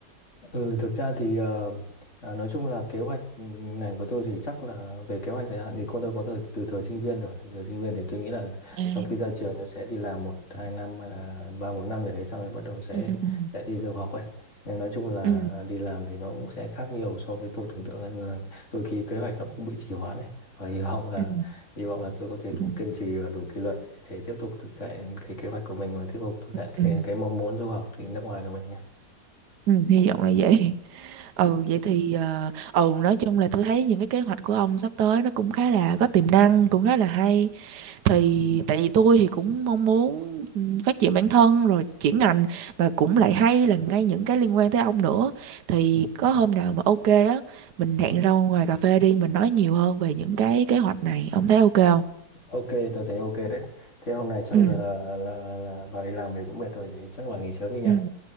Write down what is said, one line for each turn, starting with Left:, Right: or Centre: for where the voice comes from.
Left: Ừ, thực ra thì ờ, à, nói chung là kế hoạch này của tôi thì chắc là về kế hoạch dài hạn thì cô tôi có từ từ thời sinh viên rồi từ thời sinh viên thì tôi nghĩ là
Right: À.
Left: sau khi ra trường tôi sẽ đi làm một hai năm hay là ba bốn năm gì đấy xong rồi bắt đầu sẽ
Right: ừ ừ
Left: sẽ đi du học ấy nhưng nói chung là
Right: ừ
Left: đi làm thì nó cũng sẽ khác nhiều so với tôi tưởng tượng nên là đôi khi kế hoạch nó cũng bị trì hoãn này và hy vọng là
Right: ừ
Left: hy vọng là tôi có thể
Right: ừ
Left: đủ kiên trì và đủ kỷ luật để, để tiếp tục thực hiện cái kế hoạch của mình và tiếp tục thực hiện
Right: Ừ,
Left: cái cái mong muốn du học thì nước ngoài của mình nhé
Right: ừ, hy vọng là vậy. Ừ, vậy thì ờ, ừ nói chung là tôi thấy những cái kế hoạch của ông sắp tới nó cũng khá là có tiềm năng, cũng khá là hay. Thì tại vì tôi thì cũng mong muốn ừ, phát triển bản thân rồi chuyển ngành mà cũng lại hay là ngay những cái liên quan tới ông nữa. Thì có hôm nào mà ok á, mình hẹn ra ngoài cà phê đi, mình nói nhiều hơn về những cái kế hoạch này. Ông thấy ok không?
Left: Ok, tôi thấy ok đấy. Thế hôm nay chắc
Right: Ừ.
Left: là là là bà đi làm về cũng mệt rồi chị, chắc là bà nghỉ sớm đi nha.
Right: Ừ.